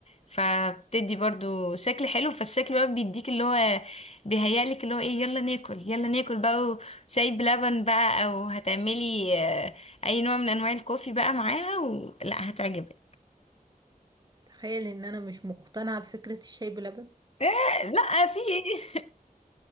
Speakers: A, on the left; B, on the right.
A: فبتدي برضو شكل حلو فالشكل بقى بيديك اللي هو بيهيألك اللي هو ايه يلا ناكل يلا ناكل بقى وشاي بلبن بقى او هتعملي آه، اي نوع من انواع الكوفي بقى معاها ولا هتعجبك
B: تخيل ان انا مش مقتنعة بفكرة الشاي بلبن
A: إيه لا في ايه